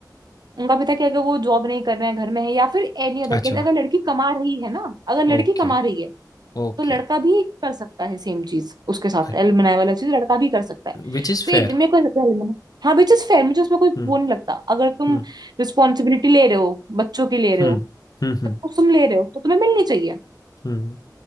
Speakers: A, on the right (about 70°); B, on the left (about 60°).
A: उनका भी था कि अगर वो जॉब नहीं कर रहे हैं घर में है या फिर एनी अदर
B: अच्छा,
A: केस अगर लड़की कमा रही है ना अगर लड़की
B: ओके,
A: कमा रही है
B: ओके,
A: तो लड़का भी कर सकता है सेम चीज उसके साथ
B: ह
A: एलुमनाय वाला चीज लड़का भी कर सकता है
B: व्हिच इज़
A: तो
B: फेयर।
A: एक मेरे को ऐसा लगता है alumni- हाँ विच इज फेयर मुझे उसमें कोई
B: हुँ,
A: वो नहीं लगता अगर तुम
B: हुँ,
A: रिस्पॉन्सिबिलिटी ले रहे हो बच्चों की ले रहे
B: हुँ,
A: हो
B: हुँ, हुँ,
A: सब कुछ तुम ले रहे हो तो तुम्हें मिलनी चाहिए
B: हुँ,